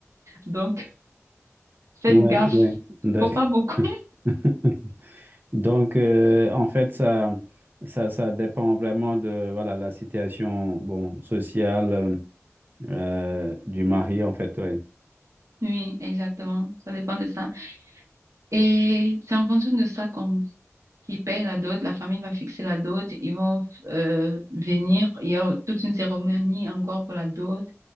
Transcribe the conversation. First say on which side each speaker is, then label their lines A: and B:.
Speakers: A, on the right; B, on the right.
A: Donc, faites
B: Oui,
A: gaffe.
B: oui, d'accord.
A: Faut pas beaucoup. <laughs>
B: <laughs> Donc, euh, en fait, ça, ça, ça dépend vraiment de voilà, la situation bon, sociale euh, du mari, en fait. ouais.
A: Oui, exactement. Ça dépend de ça. Et c'est en fonction de ça qu'on qui paye la dot, la famille va fixer la dot, ils vont euh, venir, il y a toute une cérémonie encore pour la dot.